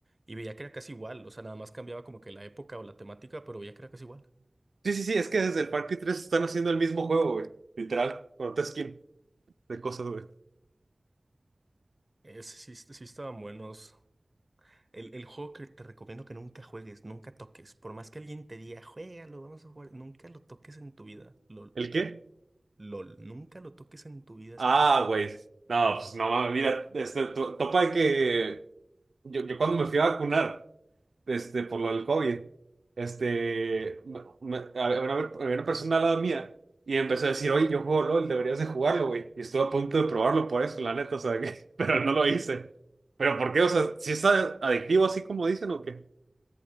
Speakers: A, on the right; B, on the right.
A: y veía que era casi igual. O sea, nada más cambiaba como que la época o la temática, pero veía que era casi igual.
B: Sí, sí, sí, es que desde el Far Cry 3 están haciendo el mismo juego, güey. Literal, con otra skin de cosas, güey.
A: Es, sí, est- sí estaban buenos. El, el juego que te recomiendo que nunca juegues, nunca toques. Por más que alguien te diga, juégalo, vamos a jugar, nunca lo toques en tu vida. LOL.
B: ¿El qué?
A: LOL, nunca lo toques en tu vida
B: Ah,
A: esa cosa.
B: güey. No, pues no mames, mira, este, to- topa de que yo, yo cuando me fui a vacunar, este, por lo del COVID, este, me- me- había una, había una persona al lado mía y empezó a decir, oye, yo juego LOL, deberías de jugarlo, güey. Y estuve a punto de probarlo por eso, la neta, o sea, que, <laughs> pero no lo hice. ¿Pero por qué? O sea, si es adictivo así como dicen o qué?